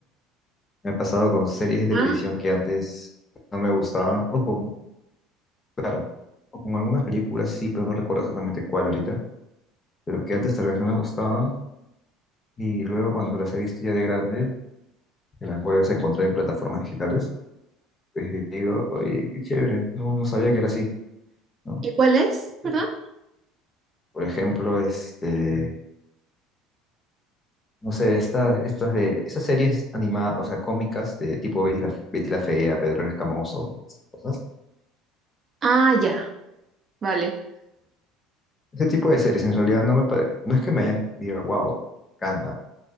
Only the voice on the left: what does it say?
Me ha pasado con series de televisión
que antes no me gustaban, o con, claro, o con algunas películas sí, pero no recuerdo exactamente cuál ahorita, pero que antes tal vez no me gustaban, y luego cuando las he visto ya de grande, que las vuelves a encontrar en plataformas digitales, pues digo, oye, qué chévere, no, no sabía que era así, ¿no?
Pero,
Por ejemplo, este, no sé, estas, estas de, esas series animadas, o sea, cómicas de tipo Betty la, Betty la Fea, Pedro el Escamoso, esas cosas.
Ese tipo de series en realidad no me pare- no es que me hayan diga, wow, canta,